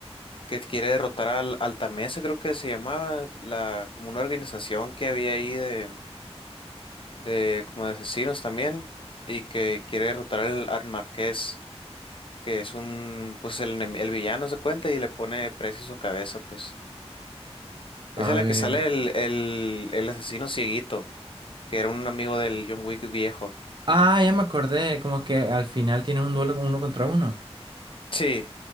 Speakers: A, on the left; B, on the right.
A: que quiere derrotar al Altamesa, creo que se llamaba, la como una organización que había ahí de, de como de asesinos también y que quiere derrotar al, al Marqués, que es un pues el, enem- el villano se cuenta y le pone precio a su cabeza, pues.
B: A
A: Esa es la
B: ver.
A: que sale el, el, el asesino cieguito, que era un amigo del John Wick viejo.
B: Ah, ya me acordé, como que al final tienen un duelo con uno contra uno.
A: Sí,